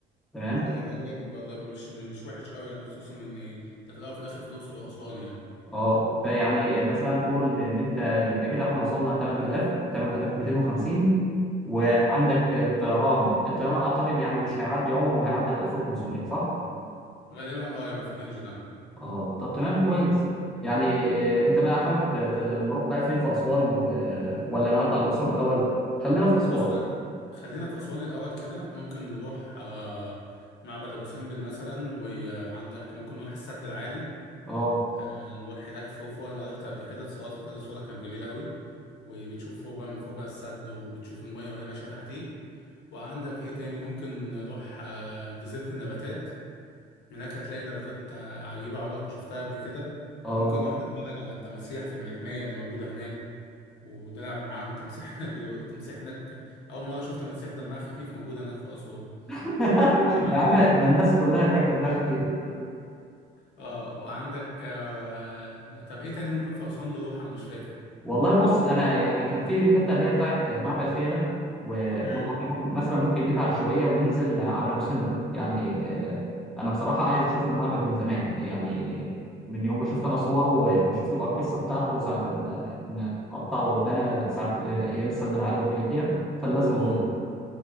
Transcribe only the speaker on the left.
هيبقى جامد برضه هيبقى مش مش وحش قوي يعني خصوصا ان ده في الاول وفي الاخر في الاقصر واسوان يعني
امم
غالبا اه هيبقى في الرينج ده
بص بقى، خلينا في اسوان الاول كده ممكن نروح آه معبد ابو سمبل مثلا وعندك ممكن نروح السد العالي
آه نروح هناك فوق فوق انا رحت قبل كده اتصورت كده صوره كانت جميله قوي وبتشوف فوق بقى من فوق بقى السد وبتشوف الميه وهي ماشيه تحتيك وعندك ايه تاني ممكن نروح آه جزيره النباتات هناك هتلاقي نباتات آه، عجيبة عمرك ما شفتها قبل كده
ممكن نروح نتفرج على التماسيح في المحمية اللي موجودة هناك ونلعب معاهم التماسيح <laughs> هناك بدو... التماسيح هناك أول مرة شفت تماسيح دمها خفيف موجودة هناك في أسوان
عندك
اه وعندك آه... طب إيه تاني ممكن في أسوان نروح أنا مش فاكر
امم
اه